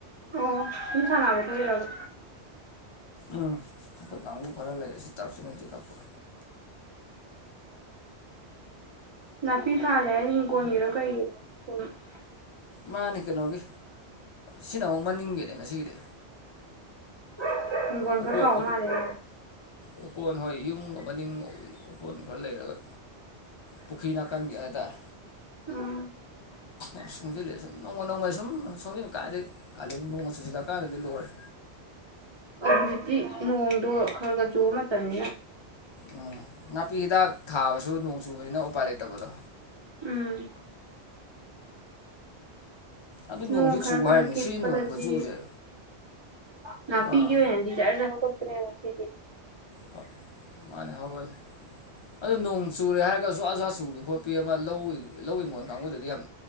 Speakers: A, on the right; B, on the left.
A: ꯑꯣ ꯁꯨꯝ ꯁꯥꯟꯅꯕ ꯊꯣꯛꯏꯔꯕ
B: ꯎꯝ ꯑꯩꯈꯣꯏ ꯀꯥꯡꯕꯨ ꯈꯔ ꯂꯩ ꯑꯁꯤ ꯇ꯭ꯔꯞꯁꯤ ꯅꯨꯡꯇꯤ ꯀꯛꯄ꯫
A: ꯅꯥꯄꯤ ꯐꯜꯂꯦ ꯍꯥꯏ ꯍꯤꯡꯒꯣꯟꯜꯒꯤꯔꯣ ꯀꯩꯒꯤꯔꯣ <unintelligible>
B: ꯃꯥꯅꯦ ꯀꯩꯅꯣꯒꯤ ꯁꯤꯅ ꯑꯃꯨꯛ ꯃꯅꯤꯡꯒꯤꯅꯦ ꯉꯁꯤꯒꯤꯗꯤ꯫
A: <unintelligible> ꯍꯤꯡꯒꯣꯜ
B: ꯑꯣꯀꯣꯟ
A: ꯈ ꯆꯥꯎꯕ ꯃꯥꯟꯂꯦ ꯅꯣꯏ
B: ꯑꯣꯀꯣꯟ ꯍꯣꯏ ꯌꯨꯝꯒꯤ ꯃꯅꯤꯡ ꯑꯣꯀꯣꯟ ꯈꯔ ꯂꯩꯔꯒ꯫ ꯄꯨꯈ꯭ꯔꯤ ꯅꯥꯀꯟꯒꯤ ꯍꯥꯏꯇꯥꯔꯦ
A: ꯎꯝ꯫
B: ꯌꯥꯝ ꯁꯣꯡꯁꯤꯜꯂꯦ ꯁꯨꯝ ꯅꯣꯡꯃ ꯅꯣꯡꯃꯗ ꯁꯨꯝ ꯁꯣꯡꯁꯤꯟ ꯀꯥꯏꯏꯗꯒꯤ ꯀꯥꯂ ꯅꯣꯡꯃ ꯆꯨꯁꯤꯜꯂꯛꯀꯥꯟꯗꯗꯤ ꯂꯣꯏꯔꯦ
A: ꯍꯧꯖꯤꯛꯇꯤ ꯅꯣꯡꯗꯣ ꯈꯔ ꯈꯔ ꯆꯨꯕ ꯃꯇꯝꯅꯤꯅ
B: ꯎꯝ ꯅꯥꯄꯤ ꯍꯤꯗꯥꯛ ꯊꯥꯕꯁꯨ ꯅꯣꯡ ꯆꯨꯕꯅꯤꯅ ꯎꯄꯥꯏ ꯂꯩꯇꯕꯗꯣ꯫
A: ꯎꯝ
B: ꯑꯗꯨ
A: ꯅꯣꯡ
B: ꯅꯣꯡꯁꯤ
A: ꯈꯔ
B: ꯆꯨ
A: ꯈꯔ
B: ꯍꯥꯏꯔꯤꯕꯅꯤ
A: ꯈꯤꯛꯄꯗꯗꯤ
B: ꯁꯤ ꯅꯣꯡ ꯈꯨꯆꯨꯁꯦ
A: ꯉꯅꯥꯄꯤꯤꯒꯤ
B: ꯑꯥ
A: ꯑꯣꯏꯅ ꯌꯥꯝꯗꯤꯖꯔꯗ ꯍꯧꯒꯠꯄꯅꯦꯕ ꯁꯤꯗꯤ
B: ꯐ ꯃꯥꯅꯦ ꯍꯧꯒꯠꯂꯦ ꯑꯗꯨ ꯅꯣꯡ ꯆꯨꯔꯦ ꯍꯥꯏꯔꯒ ꯖꯋꯥ ꯖꯋꯥ ꯆꯨꯕꯤ ꯈꯣꯠꯄꯤ ꯑꯃ ꯂꯧ ꯂꯧ ꯍꯤꯡꯈꯣꯟ ꯀꯥꯡꯕꯨꯗꯗꯤ ꯌꯥꯝ